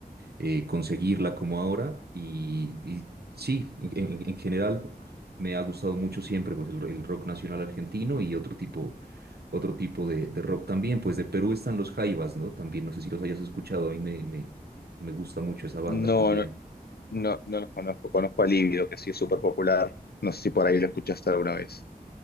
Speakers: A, on the right; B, on the left.
A: eh, conseguirla como ahora. Y, y sí, en, en- en general me ha gustado mucho siempre pues, el, el rock nacional argentino y otro tipo, otro tipo de, de rock también. Pues de Perú están los Jaivas, ¿no? También, no sé si los hayas escuchado, a mí me, me, me gusta mucho esa banda
B: No,
A: también.
B: No, no los conozco. Conozco a Lívido, que sí es súper popular. No sé si por ahí lo escuchaste alguna vez.